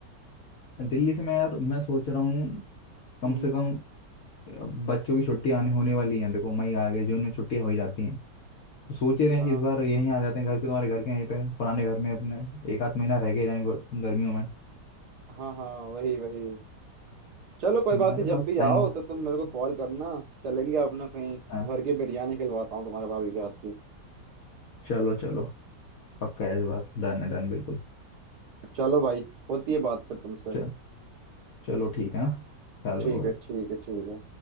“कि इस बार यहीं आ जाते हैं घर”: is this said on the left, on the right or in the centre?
Left